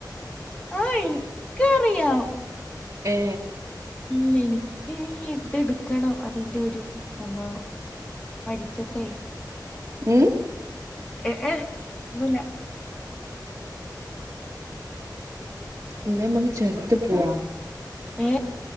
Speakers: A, on the left; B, on the right.
A: ആ ഇൻക്കറിയാം
B: ഏ
A: മ് ഇൻക്കിനി ഇതെട് ക്കണം അതിന്റെ ഒരു സംഭവം പഠിച്ച്ട്ടെ
B: ഏ
A: എ എ ഒന്നുല്ല
B: ഇന്നമ്മക്ക് ചൊര്ത്ത് പോവാ
A: ഏ